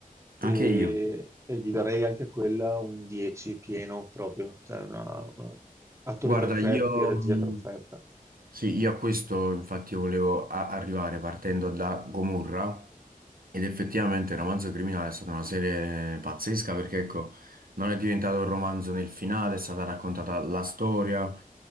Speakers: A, on the right (about 20°); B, on the right (about 80°).
A: e,
B: Anche io.
A: e gli darei anche a quella un 10 pieno proprio, cioè una- una- attori
B: Guarda,
A: perfetti,
B: io,
A: regia
B: mh,
A: perfetta.
B: sì, io a questo infatti volevo a- arrivare partendo da Gomorra ed effettivamente il romanzo criminale è stata una serie pazzesca perché ecco, non è diventato un romanzo nel finale, è stata raccontata la storia,